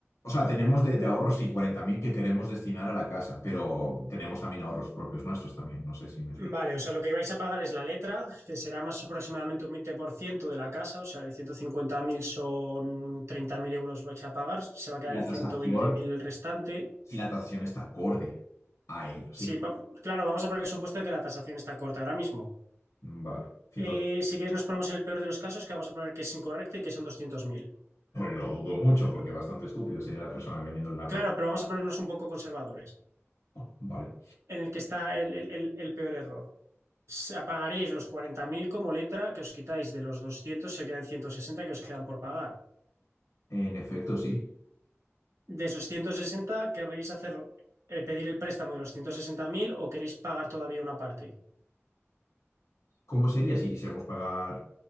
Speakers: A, on the left; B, on the right.
A: O sea, tenemos de, de ahorros y 40.000 que queremos destinar a la casa, pero tenemos también ahorros propios nuestros también. No sé si me explico.
B: Vale, o sea, lo que vais a pagar es la letra, que será más aproximadamente un 20% de la casa, o sea, de 150.000 son 30.000 euros vais a pagar, se va a quedar
A: Y La
B: en
A: tasación,
B: ciento veinte mil el restante.
A: si la tasación está acorde a ello, sí.
B: Sí, va- claro, vamos a poner el supuesto de que la tasación está corta ahora mismo.
A: Vale. Ciento-
B: Eh, si quieres, nos ponemos en el peor de los casos, que vamos a poner que es incorrecta y que son 200.000.
A: Lo dudo mucho porque bastante estúpido sería la persona vendiendo la propia.
B: Claro, pero vamos a ponernos un poco conservadores,
A: Oh, Vale.
B: en el que está el el- el- el peor error. se apagaríais los 40.000 como letra que os quitáis de los doscientos se quedan 160 que os quedan por pagar.
A: En efecto, sí.
B: De esos ciento sesenta ¿querréis hacer, eh, pedir el préstamo de los 160.000 o queréis pagar todavía una parte?
A: ¿Cómo sería si quisiéramos pagar,